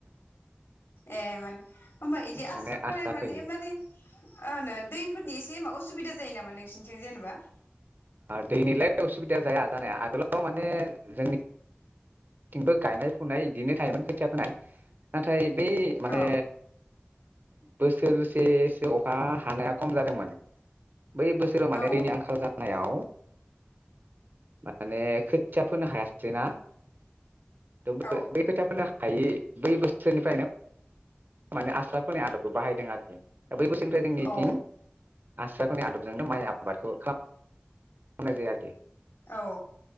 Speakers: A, on the left; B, on the right.
A: ए माने होमबा बिदि आस्रा
B: माने
A: फोनाय माने
B: फैयो
A: माने मा होनो दैफोरनि एसे मा अस सुबिदा जायो नामा नोंसिनिथिं जेनेबा?
B: दैनिलाय उसुबिदा जाया जानाया आगोलाव माने जोंनिथिंबो गायनाय फुनाय इदिनो थायोमोन खोथिया फोनाय नाथाय बै माने
A: अ
B: बोसोरसेसो अखा हानाया खम जादोंमोन। बै बोसोराव मान
A: औ
B: दैनि आंखाल जा आव माने खोथिया फोनो हायासैना। थ' बै
A: औ
B: बै खोथिया फोनो हा हायै बै बोसोरनिफ्रायनो माने आस्रा फोनाय आदबखौ बाहायदों आरोखि। दा बै बोसोरनिफ्राय जोंनिथिं
A: औ
B: आस्रा फोनाय आदबजोंनो माइ आबादखौ खालामनाय जायो आरोखि।
A: औ